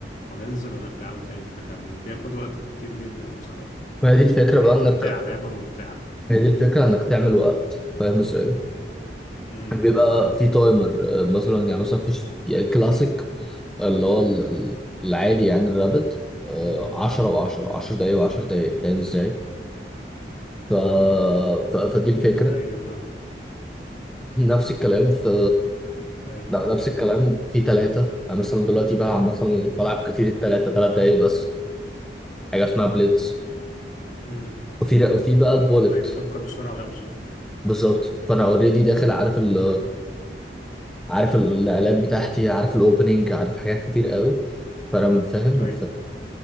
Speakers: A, on the left; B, in the centre.
A: وننزل ونرجع له تاني فكان بياخد وقت كتير جدا بصراحة
B: ما هي دي الفكره
A: وهي
B: بقى انك
A: ممتعة لعبة ممتعة
B: ما هي دي الفكره انك تعمل وقت فاهم ازاي
A: امم
B: يعني بيبقى
A: فاهم
B: في تايمر آه، مثلا يعني مثلا فيش يعني الكلاسيك اللي هو ال- ال- العادي يعني الرابط آه،
A: امم
B: 10 و10 و10 دقايق و10 دقايق فاهم ازاي؟ ف... ف... فدي الفكرة
A: ايوه فاهم
B: <laughs> <clears throat> نفس الكلام في
A: ايوه
B: ن- نفس الكلام في ثلاثة أنا مثلا دلوقتي بلعب مثلا بلعب كتير الثلاثة ثلاث دقايق بس حاجة اسمها بليتز
A: امم
B: وفي وفي بقى البولت
A: ايوه تفكر بسرعة ولا بسرعة
B: بالظبط فأنا اوريدي داخل عارف ال عارف النقلات بتاعتي
A: امم
B: عارف الاوبننج عارف حاجات كتير قوي فأنا فاهم
A: ايوه